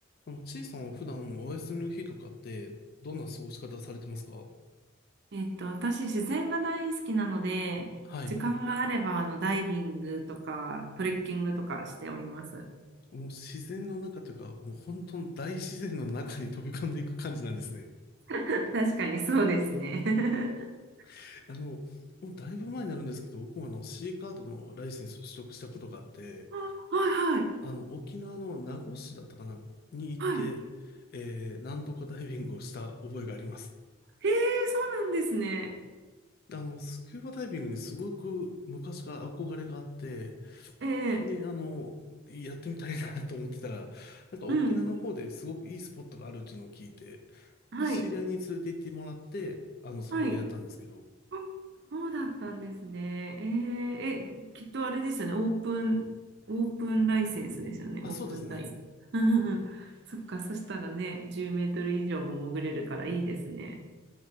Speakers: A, on the left (about 45°); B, on the right (about 55°).
A: あの、ちいさんは普段お休みの日とかって、どんな過ごし方されてますか
B: えっと、私、自然が大好きなので、
A: はい。
B: 時間があれば、あの、ダイビングとか、トレッキングとかしております。
A: もう自然の中というか、もう本当の大自然の中に飛び込んでいく感じなんですね。
B: <laughs> 確かにそうですね。<laughs>
A: <laughs> あの、もうだいぶ前になるんですけど、僕もあの C カードのライセンスを取得したことがあって、
B: あ、はいはい。
A: あの、沖縄の名護市だったかなに行って、
B: はい。
A: えー、何度かダイビングをした覚えがあります。
B: へえ、そうなんですね。
A: あの、スキューバダイビングにすごく昔から憧れがあって、
B: ええ、
A: で、あの、やってみたいな <laughs> と思ってたら、なんか沖縄の方ですごくいいスポットがあるっていうのを聞いて、
B: うん。はい。
A: で、知り合いに連れて行ってもらって、あの、そこでやったんですけど、
B: はい。あそうだったんですね。ええ、え、きっとあれですよね。オープン、オープンライセンスですよね。
A: あ、
B: オープンダイ。
A: そうですね。
B: うんうんうん。そっか、そしたらね、10メートル以上も潜れるからいいですね。